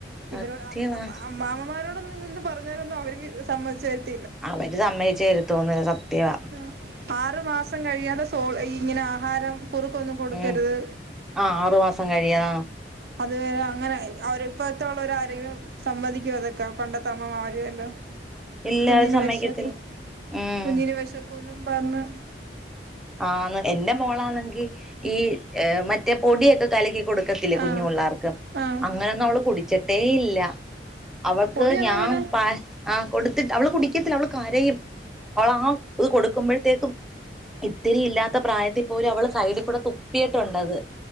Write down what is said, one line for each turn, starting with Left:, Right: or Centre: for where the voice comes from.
Centre: സത്യവാ
Right: ഇവരോട് അം അം അമ്മാമാരോടൊന്നും ഇതൊന്ന് പറഞ്ഞാലൊന്നും അവര് വ് സമ്മതിച്ച് ത
Centre: അവര് സമ്മയിച്ചു തരുത്തോന്നില്ല സത്യവാ
Right: <inaudible> ആറു മാസം കഴിയാതെ സോ ഇങ്ങനെ ആഹാരം കുറുക്കൊന്നും കൊടുക്കരുത്.
Centre: ഉം ആഹ് ആറു മാസം കഴിയാ
Right: അതുവരെ അങ്ങനെ അവര് ഇപ്പഴത്ത ഉള്ളവര് ആരെങ്കിലും സമ്മതിക്കോ അതൊക്കെ പണ്ടത്ത അമ്മമാര് എല്ലാം.
Centre: ഇല്ല
Right: കുഞ്ഞിനു
Centre: അവര് സമ്മയിക്കത്തില്ല
Right: വെശക്കും
Centre: ഉം
Right: കുഞ്ഞിനു വെശക്കൂന്നും പറഞ്ഞ് -
Centre: ആന്ന് എന്റെ മോളാണെങ്കി ഈ മറ്റേ പൊടിയൊക്കെ കലക്കി- കൊടുക്കത്തില്ലേ
Right: ആഹ്
Centre: കുഞ്ഞു പുള്ളാർക്ക്
Right: ആഹ്
Centre: അങ്ങനൊന്നും അവള് കുടിച്ചിട്ടേ ഇല്ല- അവൾക്ക്
Right: പൊടിയൊന്നും
Centre: ഞാൻ
Right: അങ്ങനെ
Centre: പ ആഹ് കൊടുത്തിട്ട് അവള് കുടിക്കത്തില്ല
Right: കൊടു
Centre: അവള് കരയും- അവളാ ഇത് കൊടുക്കുമ്പഴ്ത്തേക്കും- ഇത്തിരി ഇല്ലാത്ത പ്രായത്തി പോലും അവള് സൈഡിക്കുടെ തുപ്പിയിട്ടുണ്ടത്-